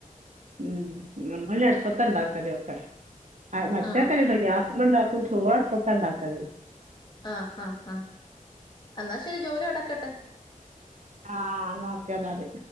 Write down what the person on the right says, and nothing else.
ഉം നമ്മൾ അടുപ്പത്താ ണ്ടാക്കല് ഒക്കെ <unintelligible>
ഗ്യാസ് ഒന്നുണ്ടാക്കും ചോറ് അടുപ്പത്താ ണ്ടാക്കല്
ആഹ് ഓക്കേ ഇന്നാല്